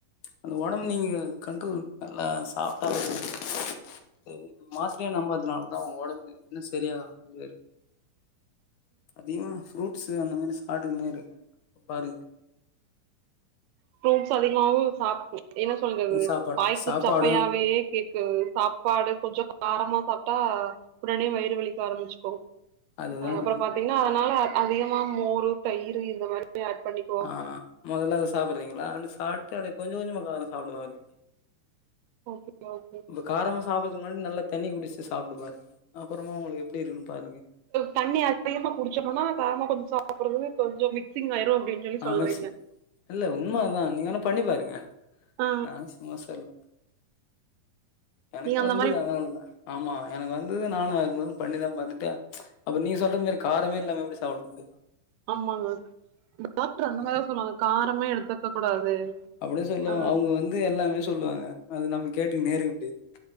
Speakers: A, on the left; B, on the right.
A: அந்த ஒடம்பு நீங்க கண்ரோல் நல்லா சாப்ட்டாலே போது செரி மாத்திரயே நம்பறதுனால தா உங்க ஒடம்பு இன்னு சரியாகமாருக் அதிகமா ஃப்ரூட்ஸ் அந்த மாரி சாப்டு குனே இருங்க பாருங்க
B: ஃப்ரூட்ஸ் அதிகமாவு சாப் என்ன சொல்றது
A: சாப்பாடு
B: வாய்க்கு
A: சாப்பாடும்
B: சப்பையாவையே கேக் ஏ சாப்பாடு கொஞ்சோ காரமா சாப்ட்டா உடனே வயிறு வலிக்க ஆரம்பிச்சுக்கு
A: அதுதாங்க.
B: அ அப்றொ பாத்தீங்ன்னா அதனால அதிகமா மோரு தயிரு இந்த மாரி அட் பண்ணிபோ
A: ஆ மொதல்ல அத சாப்றீங்ளா அப்டி சாட்டு அத கொஞ்ச கொஞ்சமா காரோ சாப்ட ஆரம்
B: ஓகே ஓகே
A: இப்ப காரமா சாப்டுறக்கு முன்னாடி நல்லா தண்ணி குடிச்சு சாப்டு பாருங்க அப்புறமா உங்ளுக்கு எப்டி இருக்குன்னு பாருங்க
B: தண்ணி அதிகமா குடிச்சிட்டுடொனா காரமா கொஞ்சொ சாப்பிடுறது கொஞ்சொ மிட் சிங்காயிரு அப்டின்னு சொல்லி
A: ஆ
B: சொல்றீங்க
A: மிக்ஸி இல்ல உண்மா அதா நீங்க வேணா பண்ணிப் பாருங்க
B: ஆ
A: நா சும்மா சொல்லல எனக்கு
B: நீங்க அந்த
A: வந்து
B: மாரி
A: து அதனாலதா ஆமா எனக்கு வந்து து நானு அதுதா பண்ணிதா பாத்துட்டு அப்பறோ நீங்க சொல்ற மாரி காரமே இல்லாம எப்டி சாப்டுது
B: ஆமாங்க டாக்டரு அந்த மாரிதா சொல்லுவாங்க காரமே எடுத்துக்க கூடாது
A: அப்டி தா சொல்லுவாங்க
B: அ
A: அவ்ங்க வந்து எல்லாமே சொல்லுவாங்க அது நம்ம கேட்டுக்க நேருக்க முடியாது